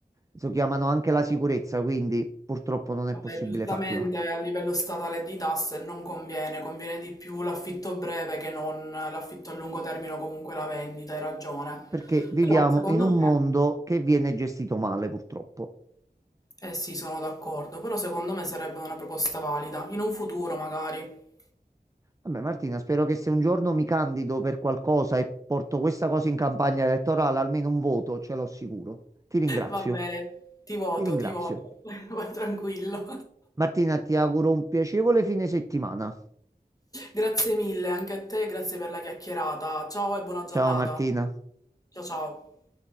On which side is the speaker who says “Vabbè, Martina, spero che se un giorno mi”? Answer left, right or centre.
Right